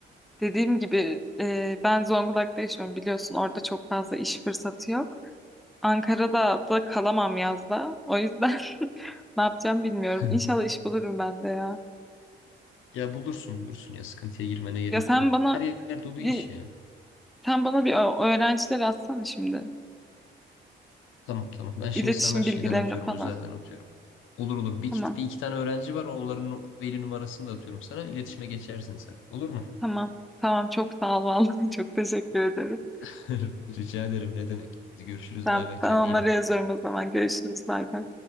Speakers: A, in the centre; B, on the left.
A: dediğim gibi e, ben Zonguldak'ta yaşıyorum biliyorsun orada çok fazla iş fırsatı yok. Ankara'da da kalamam yazda. O yüzden <laughs> ne yapacağım bilmiyorum.
B: <laughs>
A: İnşallah iş bulurum ben de ya.
B: Ya bulursun bulursun ya. Sıkıntıya girmene gerek
A: Ya sen
B: yok.
A: bana
B: Her yerde olduğu
A: bir
B: iş yani.
A: sen bana bir ö- öğrenciler atsana şimdi.
B: Tamam tamam. Ben şimdi
A: İletişim
B: sana şeyden
A: bilgilerini
B: atıyorum.
A: falan.
B: Özelden atıyorum. Olur olur. Bir
A: Tamam.
B: iki, bir iki tane öğrenci var. Onların nu- veli numarasını da atıyorum sana. İletişime geçersin sen. Olur mu?
A: Tamam. Tamam çok sağ ol vallahi <laughs> çok teşekkür ederim.
B: <laughs> Rica ederim. Ne demek? Görüşürüz.
A: Ben,
B: Bay bay. Kendine
A: ben onlara
B: iyi bak.
A: yazıyorum o zaman. Görüşürüz. Bay bay.